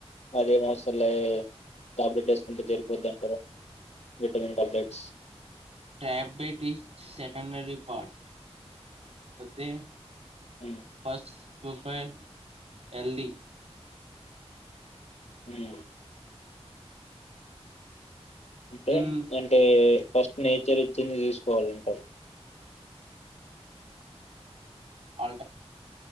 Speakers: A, on the left; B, on the right.
A: అదేం అవసరంలే టాబ్లెట్ వేసుకుంటే జరిగిపోద్ది అంటారు vitamin tablets
B: tablet is secondary part okay
A: ఉమ్,
B: ఫస్ పు ఫై హెల్దీ
A: ఉమ్ అంటె
B: ఇన్
A: అంటే ఫస్ట్ నేచర్ ఇచ్చింది తీసుకోవాలంటారు
B: ఆ